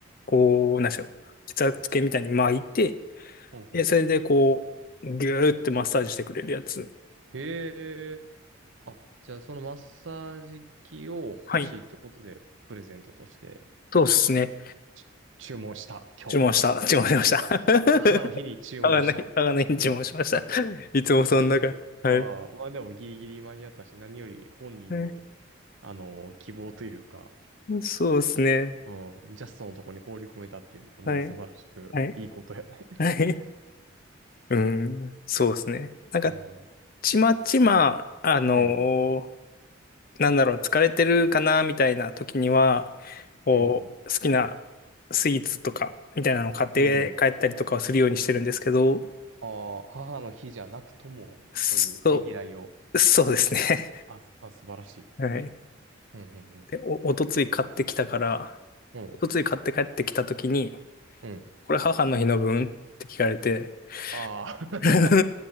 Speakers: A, on the left; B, on the right.
A: こう、なんでしょう。血圧計みたいに巻いて、
B: ほんほんほん。
A: で、それでこう、ぎゅーってマッサージしてくれるやつ。
B: へえ。あ、じゃあそのマッサージ機を欲しいってことで、
A: はい。
B: プレゼントとして
A: そうですね。
B: ち注文した、今日。
A: 注文した。注文しました。
B: は、
A: <laughs>
B: 母の日に注文した。
A: あがない、あがないに注文しました。
B: <laughs>
A: <laughs> いつもそんな感じ。
B: ま、ああ、
A: はい。
B: まあでもギリギリ間に合ったし、何より本人の、
A: はい
B: あのー希望というか、
A: そうですね。
B: うん、ジャストのとこに放り込めたっていうのはもう素晴らしくいいことやね。
A: はい。はい。はい。うん。そうですね。
B: <laughs>
A: なんか、
B: うん、うん、
A: ちまちま、あのー
B: うん、
A: なんだろう、疲れてるかなみたいな時には、こう、
B: うん、
A: 好きなスイーツとか、みたいなのを買って帰ったりとかをするようにしてるんですけど、
B: うん。うんああ、母の日じゃなくとも、
A: そ
B: そういうねぎらいを、
A: う、そうですね。
B: あ、あ、素晴らしい。
A: <laughs> はい。
B: うん、うん、
A: で、お、おとつい買ってきたから、
B: うん。
A: おとつい買って帰ってきた時に、
B: うん、うん。
A: これ母の日の分って聞かれて、
B: ああ、
A: <laughs>